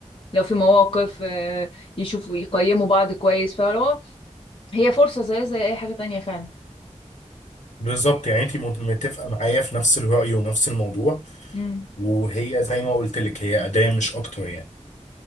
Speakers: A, on the left; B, on the left.
A: لو في مواقف آه، يشوفوا يقيموا بعض كويس فلو هي فرصة زي زي أي حاجة تانية فعلا
B: بالظبط يعني انت مت- متفقه معايا في نفس الراي ونفس الموضوع
A: امم
B: وهي زي ما قلت لك هي اداه مش اكتر يعني